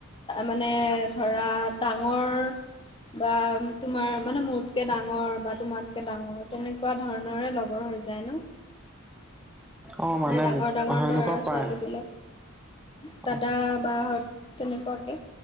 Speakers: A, on the left (about 25°); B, in the centre.
A: মানে ধৰা ডাঙৰ বা তোমাৰ মানে মোতকে ডাঙৰ বা তোমাতকে ডাঙৰ তেনেকুৱা ধৰণৰে লগৰ হৈ যায় ন?
B: অ', মানে
A: ডাঙৰ ডাঙৰ
B: সেনেকুৱা
A: ল'ৰা ছোৱালীবিলাক
B: পায়।
A: দাদা
B: অ
A: বা হঁত তেনেকুৱাকে